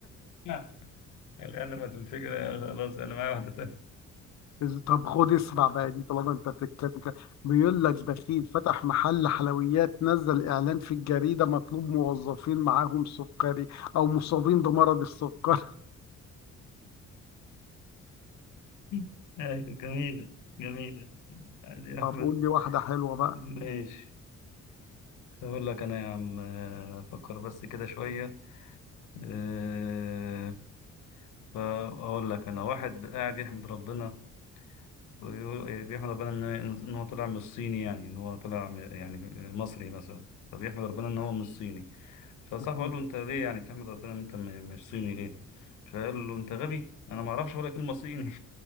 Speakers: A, on the left; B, on the left.
A: <laughs> الان ما تنفجر يا خلاص انا معايا واحده تانية
B: إز- طب خد اسمع بقى دي طالما انت بتتكلم كده. بيقول لك بخيل فتح محل حلويات نزل اعلان في الجريده مطلوب موظفين معاهم سكري او مصابين بمرض السكر
A: <laughs> <laughs> أيوة، جميلة جميلة عادي
B: <laughs>
A: يا أحمد
B: طب قول لي واحده حلوه بقى
A: ماشي أقول لك أنا يا عم آه، أفكر بس كده شوية آه، فأقول لك أنا واحد قاعد يحمد ربنا ويقول- بيحمد ربنا إن إن هو طلع من الصيني يعني إن هو طلع م- يعني مصري مثلا فبيحمد ربنا إن هو مش صيني فصاحبه
B: <laughs>
A: قال له أنت ليه يعني بتحمد ربنا إن أنت م- مش صيني ليه؟ فقال له أنت غبي أنا ما أعرفش ولا كلمة صيني